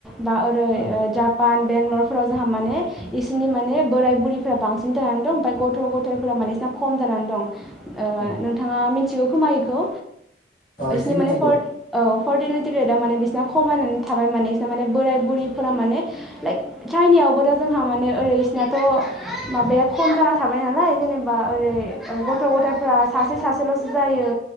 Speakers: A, in the centre; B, on the left.
A: बा ओरै
B: औ
A: ओ जापान बेंलरफोराव जोंहा माने इसोरनि माने बोराइ बुरैफोरा बांसिन जानानै दं ओमफाय गथ' गथायफोरा माने इसिना खम जानानै दं। ओह
B: औ
A: नोंथाङा मिनथि थियो खोमा इखौ।
B: अ एसे
A: इसिनि
B: मिथिगौ
A: माने फोर्थ ओ फार्टिलिटि रेटआ माने बिसोरना खमायनानै थाबाय माने बिसोरना माने बोराय बुरिफोरा माने लाइक चाइनायावबो दा जोंहा माने ओरै बिसनाथ' माबाया खम जाना थाबाय नालाय जेनेबा ओरै गथ' गथायफ्रा सासे सासेल'सो जायो